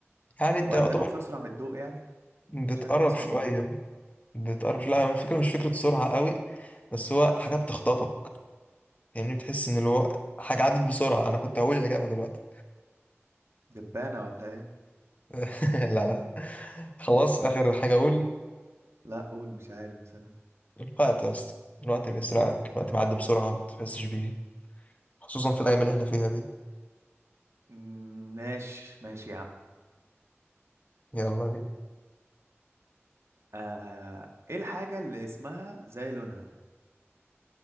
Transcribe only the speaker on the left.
يعني انت
يعتبر
بتقرب
شوية
بتقرب لا الفكرة مش فكرة سرعة قوي بس هو حاجة بتخطفك يعني بتحس ان الو... حاجة عدت بسرعة انا كنت هقول الإجابة دلوقتي
<laughs> لا لا خلاص آخر حاجة اقول
الوقت يا اسطى الوقت بيسرقك الوقت بيعدي بسرعة ما بتحسش بيه خصوصا في الأيام اللي احنا فيها دي
يلا بينا